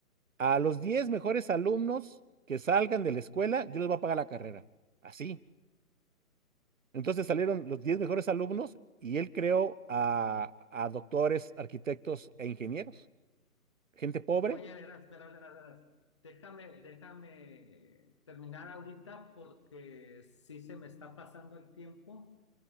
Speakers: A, on the right; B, on the left.
A: a los 10 mejores alumnos que salgan de la escuela, yo les voy a pagar la carrera. Así. Entonces salieron los 10 mejores alumnos y él creó a, a doctores, arquitectos e ingenieros gente pobre.
B: Oye, verás, verás, verás, verás. Déjame, déjame terminar ahorita porque sí se me está pasando el tiempo.